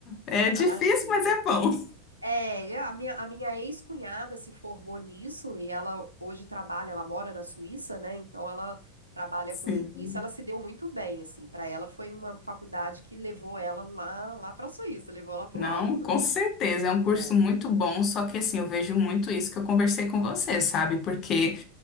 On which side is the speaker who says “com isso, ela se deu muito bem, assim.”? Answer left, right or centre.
Right